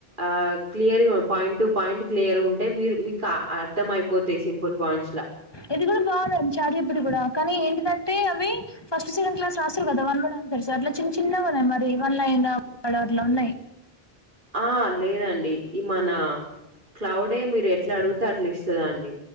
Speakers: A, on the right; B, on the left.
A: ఆ clear point to point clear ఉంటే మీరు మీక అర్థం అయిపోతాయి సింపుల్ పాయింట్స్ ల
B: ఇది కూడా బాలే చాట్జిపిటి కూడా కానీ ఏంటిదంటే అవి ఫస్ట్ సెకండ్ క్లాస్ రాస్తారు కదా వన్ వర్డ్ ఆనర్సు అట్ల చిన్న చిన్నగ ఉన్నాయి మరి వన్ లైన్ అట్లా ఉన్నాయి
A: ఆ లేదండి ఈ మన క్లౌడే మీరు ఎట్లా అడిగుతే అట్లా ఇస్తదండి